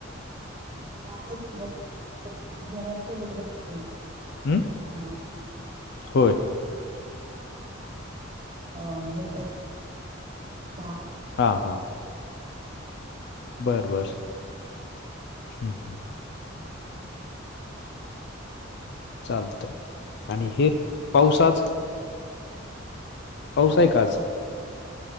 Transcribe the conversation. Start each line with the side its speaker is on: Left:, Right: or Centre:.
Right: <unintelligible> भाकरी
Left: हम्म होय
Right: अ हे भा-
Left: हा हा बर बर. हम्म, हम्म. चालतंय. आणि हे पाउस आज. पाउस
Right: आवाज
Left: आहे
Right: येतोय
Left: का आज?